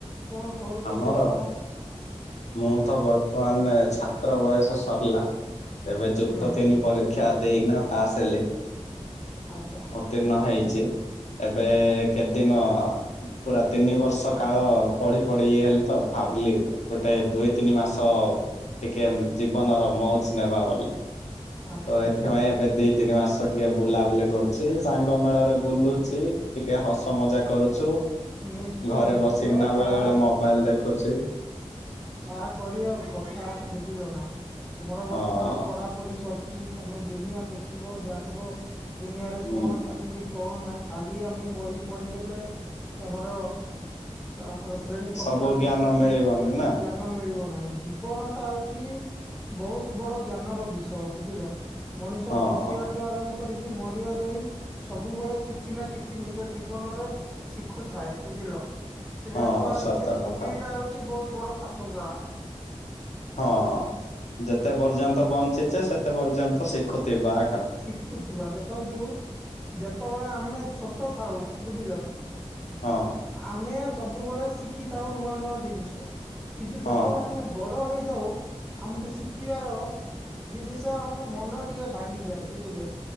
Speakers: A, in the centre; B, on the left.
A: କଣ। କରୁଛନ୍ତି
B: ଆମର
A: ଆପଣ।
B: ମୁଁ ତ ବର୍ତ୍ତମାନ ଛାତ୍ର ବୟସ ସରିଲା। ଏବେ ଯୁକ୍ତ
A: ହୁଁ ହୁଁ
B: ତିନି ପରୀକ୍ଷା ଦେଇକିନା ପାସ ହେଲି।
A: ଆଚ୍ଛା।
B: ଉତୀର୍ଣ ହେଇଛି ଏବେ କେତେ ଦିନ ପୁରା ତିନି ବର୍ଷ କାଳ ପଢି ପଢି ଇଏ ହେଲି ତ ଭାବିଲି ଗୋଟେ ଦୁଇ ତିନି ମାସ ଟିକେ ଜୀବନର ମୌଜ ନେବା ବୋଲି
A: ଆଚ୍ଛା
B: ତ
A: ଆଚ୍ଛା।
B: ଏଥିରପାଇଁ ଏବେ ଦି ତିନି ମାସ ଟିକେ ବୁଲାବୁଲି କରୁଛି ସାଙ୍ଗ ମେଳରେ ବୁଲୁଛି ଟିକେ ହସ ମଜା କରୁଛୁ।
A: ନିଶ୍ଚୟ
B: ଘରେ
A: ନିଶ୍ଚୟ
B: ବସିକିନା
A: ତାହା
B: ବେଳେ ବେଳେ ମୋବାଇଲ ଦେଖୁଛି।
A: ତାହା କରିବା କଥା ବୁଝିଲ ନା ତମର ବର୍ତ୍ତମାନ
B: ହଁ
A: ପଢାପଢି ସରିଛି ତମେ ଦୁନିଆ ଦେଖିବ ଜାଣିବ ଦୁନିଆରେ
B: ହୁଁ
A: କଣ ଚାଲିଚି କଣ ନାହିଁ ଖାଲି ଆମେ ବହି ପଢିଦଲେ ଆମର ଆମର ଶ୍ରେଣୀ କକ୍ଷରେ
B: ସବୁ ଜ୍ଞାନ
A: ବସିକି
B: <inaudible>
A: ଜ୍ଞାନ ମିଳିବ ନାହିଁ ଜୀବନ ଟା ହଉଛି ବହୁତ ବଡ ଜ୍ଞାନ ର ବିଷୟ ବୁଝିଲ। ମଣିଷ
B: ହଁ।
A: ବଞ୍ଚିବା ଠୁ ଆରମ୍ଭ କରିକି ମରିବା ଯାଇ ସବୁବେଳେ କିଛି ନା କିଛି ନିଜ ଜୀବନରେ ଶିଖୁଥାଏ ବୁଝିଲ। ସେଥିପାଇଁ
B: ହଁ
A: କୁହା ହେଇଛି
B: ସତ
A: ପୃଥିବୀ
B: କଥା
A: ଟା ହଉଛି ବହୁତ ବଡ ପାଠ ସାଳା।
B: ହଁ ଯେତେ ପର୍ଯ୍ୟନ୍ତ ବଞ୍ଚିଚେ ସେତେ ପର୍ଯ୍ୟନ୍ତ ଶିଖୁଥିବା ଏକା।
A: ଶିଖୁଥିବା ଦେଖନ୍ତୁ ଯେତେବେଳେ ଆମେ ଛୋଟ ଥାଉ ବୁଝିଲ।
B: ହଁ।
A: ଆମେ ସବୁବେଳେ ଶିଖିଥାଉ ନୂଆ ନୂଆ ଜିନିଷ କିନ୍ତୁ
B: ହଁ
A: ଯେତେବେଳେ ଆମେ ବଡ଼ ହେଇଯାଉ ଆମକୁ ଶିଖିବାର ଜିନିଷ ଆମର ମନ ଟିକେ ଭାଙ୍ଗିଯାଏ। ବୁଝିଲେ